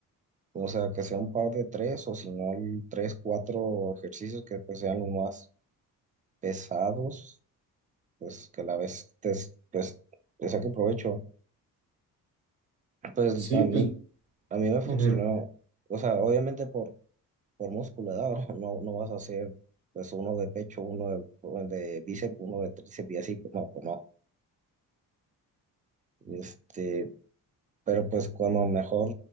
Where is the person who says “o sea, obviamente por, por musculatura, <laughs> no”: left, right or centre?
Right